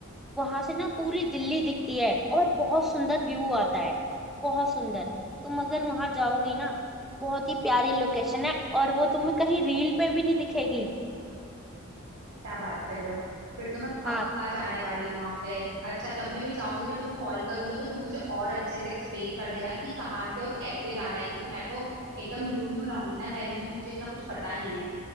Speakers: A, in the centre; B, on the right (about 80°).
A: वहां से ना पूरी दिल्ली दिखती है और बहुत सुंदर व्यू आता है बहुत सुंदर तुम अगर वहां जाओगी ना बहुत ही प्यारी लोकेशन है और वो तुम्हें कहीं रील पे भी नहीं दिखेगी
B: क्या बात कर रहे हो फिर तो मैं पक्का
A: हाँ
B: जाने वाली हूँ वहाँ पे अच्छा जब भी मैं जाऊंगी मैं तुम्हें कॉल करूंगी तो तुम मुझे और अच्छे से एक्सप्लेन कर देना कि कहाँ से और कैसे जाना है क्योंकि मैं तो एकदम न्यू न्यू रहूंगी ना दिल्ली में तो मुझे इतना कुछ पता नहीं है